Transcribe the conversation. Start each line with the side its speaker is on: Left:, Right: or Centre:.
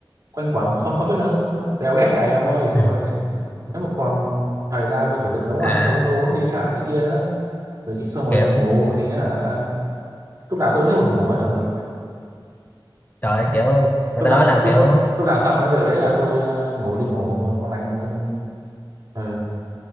Right: quanh quẩn không không biết là véo hết ngày ông ơi xong
Left: ừ.
Right: rồi nếu mà còn thời gian tôi phải tự nấu
Left: à
Right: ăn uống nấu uống đi chợ này kia nữa tôi nghĩ xong rồi
Left: kiểu
Right: ngủ thì hả lúc nào tôi cũng thấy buồn ngủ ấy ừ.
Left: trời kiểu người
Right: lúc
Left: ta
Right: nào
Left: nói là
Right: lúc
Left: kiểu
Right: lúc nào xong cái việc đấy là tôi ờ, ngủ đi ngủ ngon lành rồi từng ừ.